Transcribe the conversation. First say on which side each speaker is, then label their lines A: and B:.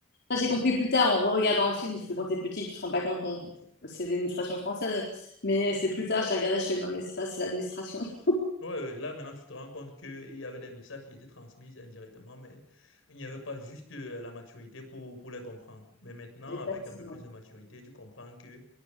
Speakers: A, on the left (about 55°); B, on the left (about 75°).
A: Ça, j'ai compris plus tard en re-regardant le film, parce que quand t'es petit, tu te rends pas compte qu'on c'est l'administration française. Mais c'est plus tard, j'ai regardé, je fais non, mais ça, c'est l'administration. <laughs>
B: Ouais, ouais, là maintenant tu te rends compte qu'il y avait des messages qui étaient transmis indirectement, mais il n'y avait pas juste euh, la maturité pour, pour les comprendre. Mais maintenant,
A: Exactement.
B: avec un peu plus de maturité, tu comprends que